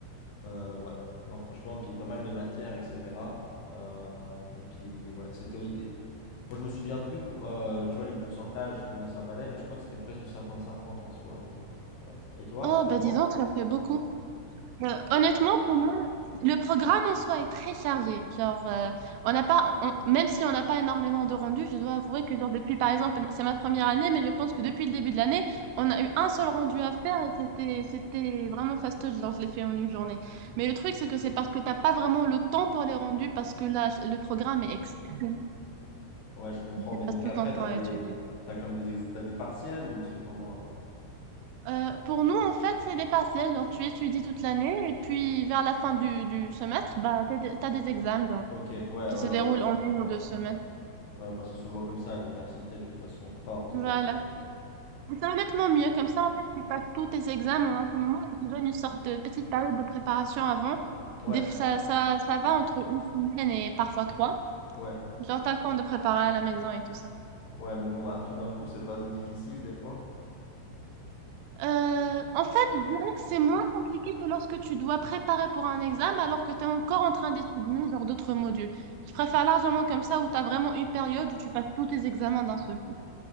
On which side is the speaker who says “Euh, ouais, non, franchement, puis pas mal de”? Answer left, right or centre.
Left